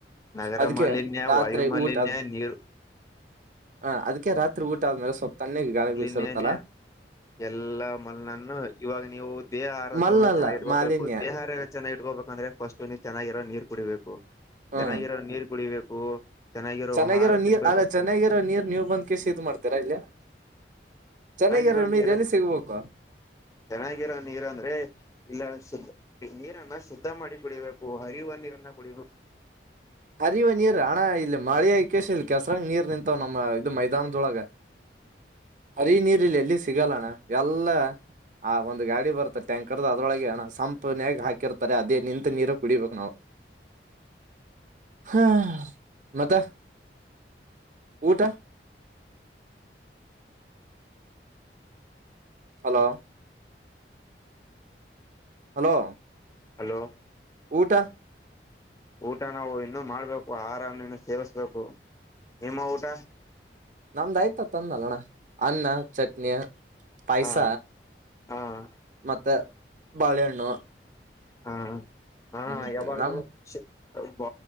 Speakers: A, on the left (about 20°); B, on the right (about 45°).
A: ನಗರ
B: ಅದಕ್ಕೆ
A: ಮಾಲಿನ್ಯ,
B: ರಾತ್ರಿ
A: ವಾಯು ಮಾಲಿನ್ಯ,
B: ಊಟ ಅದು
A: ನೀರು
B: ಹ ಅದಕ್ಕೆ ರಾತ್ರಿ ಊಟ ಆದ್ಮೇಲೆ ಸ್ವಲ್ಪ್ ತಣ್ಣಗೆ ಗಾಳಿ
A: ಲ್ಲಿ
B: ಬೀಸಿರುತ್ತಲ್ಲಾ
A: ಇನ್ನೇನೆ ಎಲ್ಲಾ ಮಲ್ನನ್ನು ಇವಾಗ ನೀವು ದೇಹ ಆರೋಗ್ಯ
B: ಮಲ್ಲಲ್ಲ
A: ಒಂದ್ ಚೆನ್ನಾಗಿ ಇಟ್ಕೋಬೇಕು
B: ಮಾಲಿನ್ಯ
A: ದೇಹ ಆರೋಗ್ಯ ಚೆನ್ನಾಗಿ ಇಟ್ಕೋಬೇಕು ಅಂತ ಅಂದ್ರೆ ಫಸ್ಟ್ ನೀನು ಚೆನ್ನಾಗಿರೋ ನೀರು ಕುಡಿಬೇಕು.
B: ಹ್ಮ
A: ಚೆನ್ನಾಗಿರೋ ನೀರ್ ಕುಡಿಬೇಕು
B: ಚೆನ್ನಾಗಿರೋ
A: ಆಹಾರ
B: ನೀರ್
A: ತಿನ್ಬೇಕು
B: ಅಲ್ಲ ಚೆನ್ನಾಗಿರೋ ನೀರ್ ನೀವು ಬಂದ್ ಕೆ ಸಿ ಇದ್ ಮಾಡ್ತೀರಾ ಇಲ್ಲಿ
A: ಚೆನ್ನಾಗಿರೋ
B: ಚೆನ್ನಾಗಿರ ನೀರ್
A: ನೀರು
B: ಎಲ್ಲ್ ಸಿಗ್ಬೇಕು.
A: ಚೆನ್ನಾಗಿರೋ ನೀರಂದ್ರೆ ಇಲ್ಲ ಶುದ್ ನೀರನ್ನ ಶುದ್ಧ ಮಾಡಿ ಕುಡಿಬೇಕು ಹರಿಯುವ ನೀರನ್ನ ಕುಡಿಬೇಕು.
B: ಹರಿಯುವ ನೀರ್ ಅಣ್ಣ ಇಲ್ಲಿ ಮಳೆ ಕೇಶ್ ಇಲ್ ಕೆಸರಂಗ ನೀರ್ ನಿಂತವ್ ನಮ್ಮ ಇದು ಮೈದಾನದೊಳಗ. ಹರಿಯು ನೀರ್ ಇಲ್ಲೇಲ್ಲೂ ಸಿಗಲ್ಲಣ್ಣ ಎಲ್ಲ. ಆ ಒಂದು ಗಾಡಿ ಬರುತ್ತೆ ಟ್ಯಾಂಕರ್ದು ಅದ್ರೊಳಗೆ ಸಂಪುನ್ಯಾಗ ಹಾಕಿರ್ತಾರೆ ಅದೇ ನಿಂತ್ ನೀರ ಕುಡಿಬೇಕು ನಾವು. <inaudible> ಹಾ ಮತ್ತೆ ಊಟ. ಹಲೋ <inaudible> ಹಲೋ
A: ಹಲೋ
B: ಊಟ
A: ಊಟ ನಾವು ಇನ್ನು ಮಾಡ್ಬೇಕು ಆಹಾರನ್ನ ಇನ್ನು ಸೇವಿಸ್ಬೇಕು ನಿಮ್ಮ ಊಟ.
B: ನಮ್ದ ಆಯ್ತ ತಂದಲ್ಲಣ್ಣ ಅನ್ನ ಚಟ್ನಿ. ಪಾಯ್ಸ
A: ಹಾ ಹಾ
B: ಮತ್ತೆ ಬಾಳೆಹಣ್ಣು.
A: ಹಾ ಹಾ
B: ಹ್ಮ್
A: ಯಾವಾಗ್ಲು
B: ನಮ್
A: ಬ